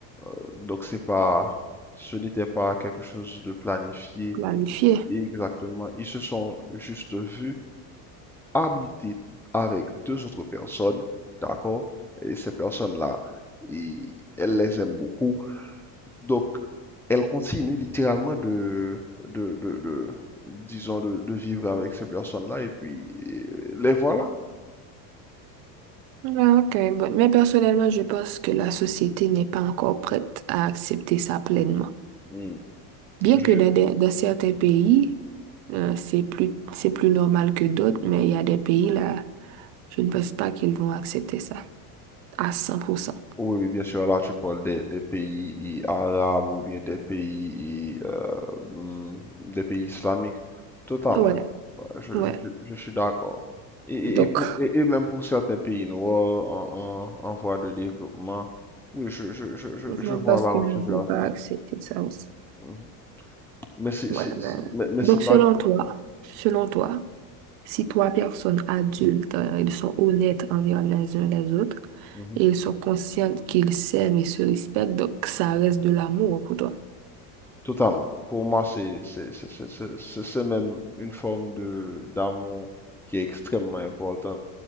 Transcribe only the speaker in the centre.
Euh, donc, c'est pas... Ce n'était pas quelque chose de planifié
exactement. Ils se sont juste vus habiter avec deux autres personnes, d'accord? Et ces personnes-là, et elle les aime beaucoup. Donc, elle continue littéralement de, de, de- de- disons, de, de vivre avec ces personnes-là, et puis euh, les voilà.
Hmm.
Je-
oui, oui, bien sûr, là, tu parles des, des pays et arabes ou bien des pays, et, euh, hmm, des pays islamiques. Totalement.
Je,
je suis je suis d'accord. Et, et-
et pour, et, et même pour certains pays noirs en, en, en voie de développement, oui, je, je, je, je,
je
vois
là
où
tu veux
en
venir.
Mhm. Mais c'est
c'est-
c'est- mais, mais
c'est pas...
Mhm.
Totalement. Pour moi, c'est c'est- c'est- c'est- c'est- c'est- c'est même une forme de d'amour qui est extrêmement importante.